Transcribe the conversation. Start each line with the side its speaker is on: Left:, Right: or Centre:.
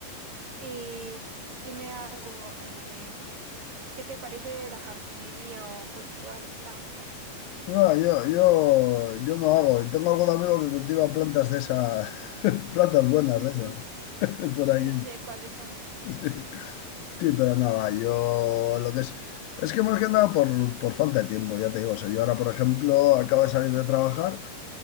Right: y dime algo, eh, ¿qué te parece la jardinería o cultivar plantas?
Left: No, yo, yo, yo no hago. Tengo algún amigo que cultiva plantas de esas, <laughs> plantas buenas
Right: Ujú,
Left: de esas,
Right: <laughs>
Left: <laughs> por
Right: Sí,
Left: aquí.
Right: sé cuáles son.
Left: Sí, Sí, pero nada, yo lo que es, es que más que nada por, por falta de tiempo, ya te digo. O sea, yo ahora, por ejemplo, acabo de salir de trabajar,